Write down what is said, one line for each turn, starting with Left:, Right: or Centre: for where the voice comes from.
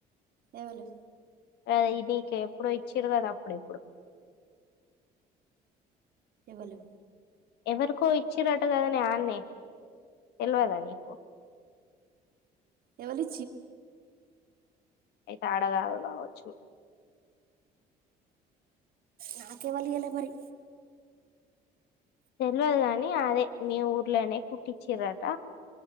Right: ఎవలు
Left: ఓ ఇది నీకు ఎప్పుడో ఇచ్చారు కదా అప్పుడు ఎప్పుడు
Right: ఏవలు
Left: ఎవరికో ఇచ్చిరట కదనె ఆన్నే తెలియదా నీకు
Right: ఎవలి
Left: అయితే ఆడ కాదు కావచ్చు
Right: నాకెవలు ఈయలే మరి
Left: తెలియదు గానీ అదే మీ ఊర్లోనే కుట్టిచ్చిరట